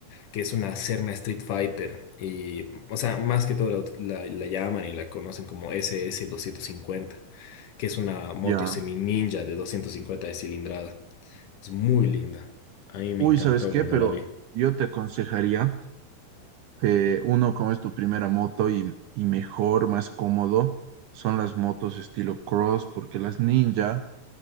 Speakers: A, on the left (about 70°); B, on the right (about 80°).
A: que es una Serna Street Fighter. Y, o sea, más que todo la, ut- la- la llaman y la conocen como ss cincuenta que es una moto
B: ya.
A: semi ninja de 250 de cilindrada. Es muy linda. A mí me
B: Uy,
A: encantó
B: ¿sabes qué?
A: cuando
B: Pero
A: la vi.
B: yo te aconsejaría que uno, como es tu primera moto y, y mejor, más cómodo, son las motos estilo cross, porque las ninja